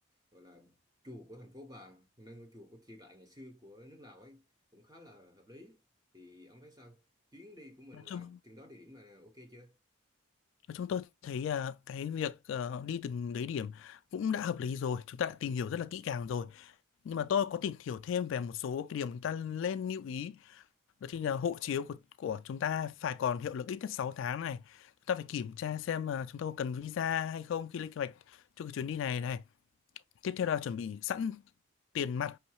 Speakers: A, on the right (about 20°); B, on the left (about 65°).
A: gọi là chùa của thành phố Vàng, nơi ngôi chùa của triều đại ngày xưa của nước Lào ấy cũng khá là hợp lý. Thì ông thấy sao? Chuyến đi của mình
B: Nói chung,
A: là chừng đó địa điểm là ok chưa?
B: nói chung tôi thấy à, cái việc ờ, đi từng đấy điểm cũng đã hợp lý rồi Chúng ta đã tìm hiểu rất là kỹ càng rồi Nhưng mà tôi có tìm hiểu thêm về một số cái điểm chúng ta nên lưu ý Đó thì là hộ chiếu của của chúng ta phải còn hiệu lực ít nhất 6 tháng này. Chúng ta phải kiểm tra xem là chúng ta có cần visa hay không khi lên kế hoạch cho cái chuyến đi này này. Tiếp theo là chuẩn bị sẵn tiền mặt